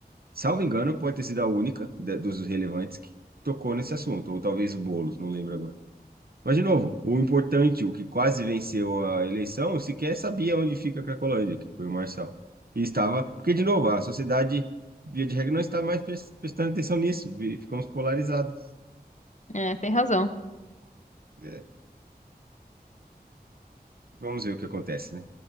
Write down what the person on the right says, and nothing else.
Salvo engano, pode ter sido a única da- dos relevantes que tocou nesse assunto, ou talvez o Boulos, não lembro agora. Mas, de novo, o importante, o que quase venceu a eleição, sequer sabia onde fica a Cracolândia, que foi o Marçal. E estava. Porque, de novo, a sociedade, via de regra, não está mais pres- prestando atenção nisso. vi- Ficamos polarizados.
É, vamos ver o que acontece, né?